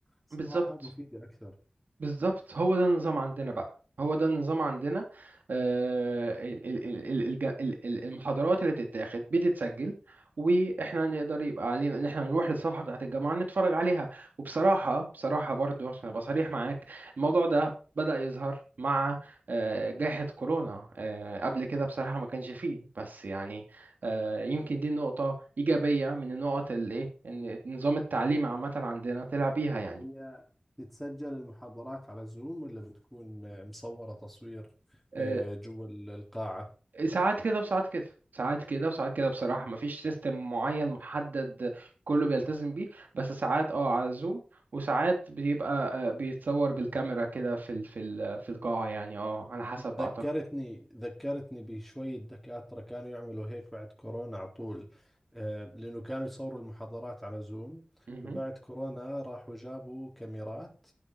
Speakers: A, in the centre; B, on the right.
A: صراحة
B: بالظبط
A: مفيدة أكثر
B: بالظبط هو ده النظام عندنا بقى هو ده النظام عندنا آه، ال- ال- ال- الج- ال- ال- المحاضرات اللي بتتاخد بتتسجل واحنا نقدر يبقى علينا ان احنا نروح للصفحه بتاعت الجامعه نتفرج عليها وبصراحه بصراحه برضو عشان ابقى صريح معاك الموضوع ده بدأ يظهر مع آه، جائحة كورونا آه، قبل كده بصراحة ما كانش فيه بس يعني آه، يمكن دي نقطة إيجابية من النقط اللي إيه إن نظام التعليم عامة عندنا طلع بيها يعني
A: هي تتسجل المحاضرات على زوم ولا بتكون آه، مصورة تصوير
B: آه،
A: آه، جوا ال- القاعة
B: ساعات كده وساعات كده ساعات كده وساعات كده بصراحة مفيش سيستم معين محدد كله بيلتزم بيه بس ساعات اه على زوم وساعات بيبقى آه، بيتصور بالكاميرا كده في ال في ال في القاعة يعني اه على حسب
A: ذكرتني
B: أعتقد
A: ذكرتني بشوية دكاترة كانوا يعملوا هيك بعد كورونا على طول آه، لأنه كانوا يصوروا المحاضرات على زوم
B: مهم.
A: فبعد كورونا راحوا جابوا كاميرات